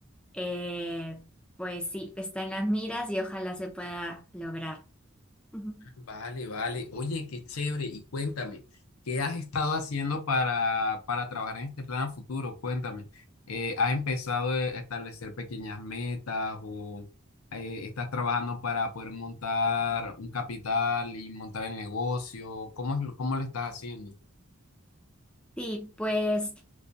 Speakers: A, in the centre; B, on the left (about 80°).
A: Eh, pues sí, está en las miras y ojalá se pueda lograr. Ujú.
B: Vale, vale. Oye, qué chévere. Y cuéntame, ¿qué has estado haciendo para, para trabajar en este plan a futuro? Cuéntame. Eh, ¿has empezado a establecer pequeñas metas o eh, estás trabajando para poder montar un capital y montar el negocio? ¿Cómo es, lo- cómo lo estás haciendo?
A: Sí, pues